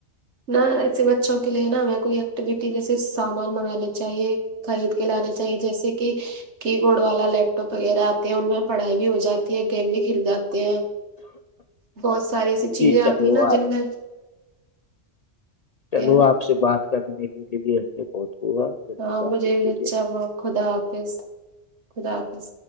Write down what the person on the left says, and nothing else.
جی
چلو
آپ
چلو
آپ سے بات کرنے کے لیے بہت ہوا جلدی
بات
ہوتی
رہے